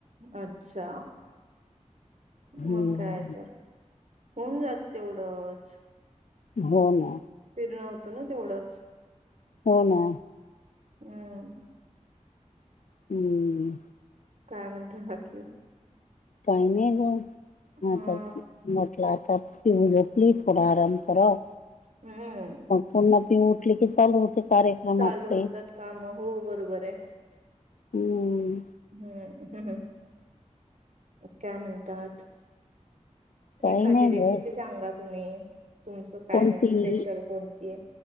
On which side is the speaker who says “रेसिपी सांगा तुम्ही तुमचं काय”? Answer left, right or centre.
Right